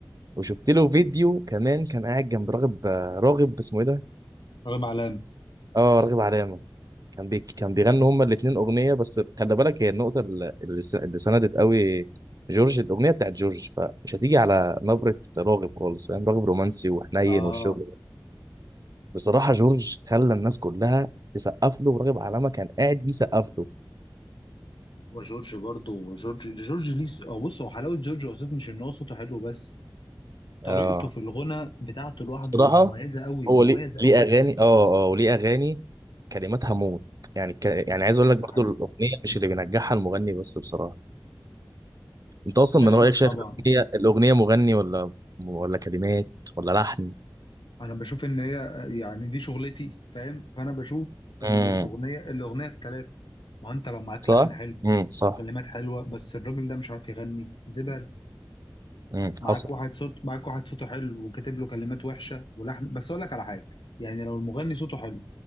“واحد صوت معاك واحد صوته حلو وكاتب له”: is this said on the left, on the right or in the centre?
Left